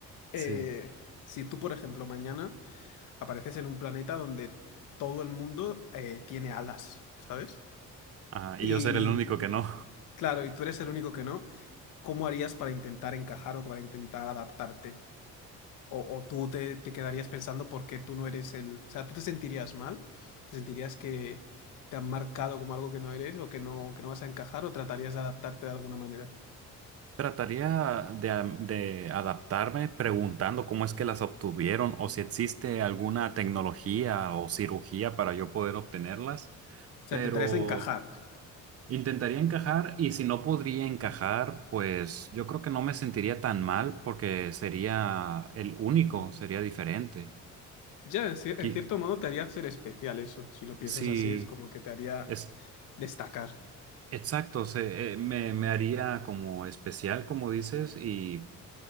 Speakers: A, on the left; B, on the right.
A: eh,
B: sí.
A: si tú, por ejemplo, mañana apareces en un planeta donde todo el mundo eh, tiene alas, ¿sabes?
B: Ajá,
A: Y
B: y yo ser el único que no.
A: claro, y tú eres el único que no, ¿cómo harías para intentar encajar o para intentar adaptarte? O, o tú te, te quedarías pensando por qué tú no eres el... O sea, ¿tú te sentirías mal? ¿Te sentirías que te han marcado como algo que no eres o que no, que no vas a encajar o tratarías de adaptarte de alguna manera?
B: <laughs> Trataría de, a- de adaptarme preguntando cómo es que las obtuvieron o si existe alguna tecnología o cirugía para yo poder obtenerlas,
A: O sea,
B: pero
A: te tratarías de encajar.
B: intentaría encajar y si no podría encajar, pues yo creo que no me sentiría tan mal porque sería el único, sería diferente.
A: Ya, en, cier- en
B: Qui-
A: cierto modo te haría ser especial eso. Si lo piensas
B: Si,
A: así, es como que te haría
B: es,
A: destacar.
B: Exacto, se, eh, me, me haría como especial, como dices, y